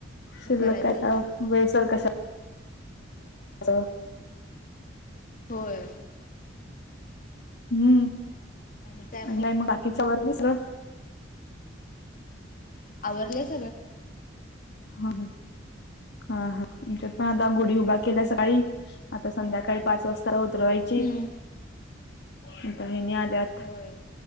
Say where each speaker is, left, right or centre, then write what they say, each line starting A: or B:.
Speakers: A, on the left (about 45°); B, on the left (about 60°).
A: मग
B: शिल्लक
A: करायचं
B: काय
A: आता
B: तर <unintelligible>
A: होय
B: हू
A: आणि काय
B: आणलाय
A: मग
B: म बाकीचा वर <unintelligible>
A: आवरलस
B: हा हू हा हा आमच्यात पण आता गुढी उभा केल्या सकाळी, आता संध्याकाळी पाच वाजता उतरवाय ची
A: हम्म
B: हेणी आल्यात
A: होय